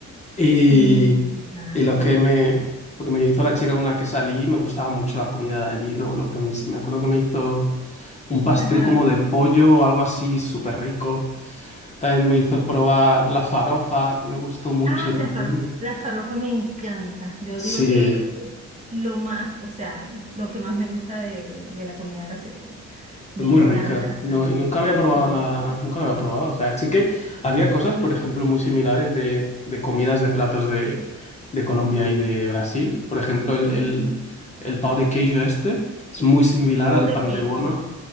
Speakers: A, on the left; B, on the right.
A: Y,
B: Sí, claro.
A: y lo que me, lo que me hizo la chica con la que salí, me gustaba mucho la comida de allí. Lo, lo que me, me acuerdo que me hizo un pastel
B: Ajá.
A: como de pollo o algo así, súper rico. También me hizo probar la farofa, que me gustó mucho
B: Ay,
A: también.
B: la farofa. La farofa me encanta. Yo
A: Sí,
B: digo que lo más, o sea, lo que más me gusta de, de- de la comida brasileña. Me
A: muy
B: encanta
A: rica.
B: la
A: No,
B: farofa.
A: y nunca había probado
B: Sí.
A: nada, nunca lo había probado. O sea, sí que había cosas, por ejemplo, muy similares de, de comidas de platos de, de Colombia y de Brasil. Por ejemplo, el,
B: Ujú.
A: el, el pão de queijo este es muy similar
B: Pão
A: al
B: de
A: pan
B: queijo.
A: de bono.